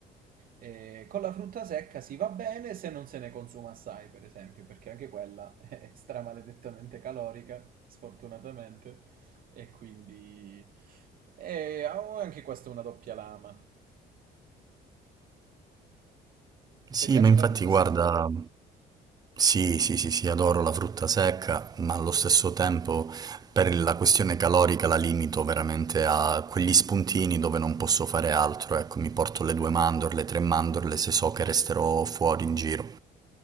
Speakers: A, on the right (about 55°); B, on the right (about 25°).
A: Eh, con la frutta secca si va bene se non se ne consuma assai, per esempio, perché anche quella <laughs> è stramaledettamente calorica, sfortunatamente, e quindi... E ha anche questa una doppia lama.
B: Sì,
A: Ti piace
B: ma infatti
A: la frutta
B: guarda,
A: secca?
B: sì, sì, sì, sì, adoro la frutta secca, ma allo stesso tempo per la questione calorica la limito veramente a quegli spuntini dove non posso fare altro, ecco, mi porto le due mandorle, tre mandorle se so che resterò fuori in giro.